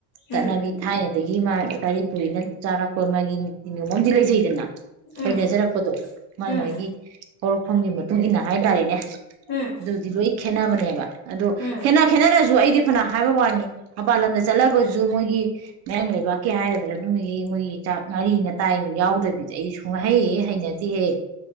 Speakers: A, on the right (about 45°); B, on the left (about 60°).
A: ꯆꯠꯅꯕꯤ
B: ꯎꯝ
A: ꯊꯥꯏꯅ ꯑꯗꯒꯤ ꯃꯥ ꯒꯥꯔꯤ ꯄꯨꯔꯤꯅ ꯆꯥꯔꯛꯄ ꯃꯥꯒꯤ ꯅꯤꯇꯤ ꯅꯤꯌꯣꯝꯗꯤ ꯂꯩꯖꯩꯗꯅ
B: ꯎꯝ
A: ꯍꯩꯅꯖꯔꯛꯄꯗꯣ ꯃꯥꯥꯏ
B: ꯎꯝ
A: ꯃꯥꯒꯤ ꯍꯧꯔꯛꯐꯝꯒꯤ ꯃꯇꯨꯡ ꯏꯟꯅ ꯍꯥꯏꯇꯥꯔꯦꯅꯦ ꯑꯗꯨꯗꯤ
B: ꯎꯝ
A: ꯂꯣꯏ ꯈꯦꯠꯅꯕꯅꯦꯕ ꯑꯗꯣ
B: ꯎꯝ
A: ꯈꯦꯠꯅ ꯈꯦꯠꯅꯔꯁꯨ ꯑꯩꯗꯤ ꯐꯅ ꯍꯥꯏꯕ ꯋꯥꯅꯤ ꯃꯄꯜ ꯂꯝꯗ ꯆꯠꯂꯒꯁꯨ ꯃꯣꯏꯒꯤ ꯃꯌꯥꯡ ꯂꯩꯕꯥꯛꯀꯤ ꯍꯥꯏꯒꯗ꯭ꯔꯥ ꯑꯗꯨꯝꯒꯤ ꯃꯣꯏꯒꯤ ꯆꯥꯛ ꯉꯥꯔꯤ ꯉꯇꯥꯏ ꯌꯥꯎꯗꯕꯤ ꯑꯩ ꯁꯨꯡꯍꯩꯍꯦ ꯍꯩꯅꯗꯍꯦ